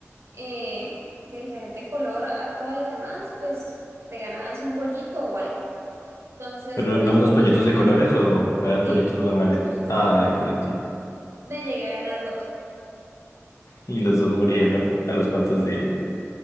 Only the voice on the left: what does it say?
¿Pero
eran
los
pollitos
de
colores o, o eran
pollitos normales?
Ay,
por sí.
Y los dos murieron a los cuantos
días.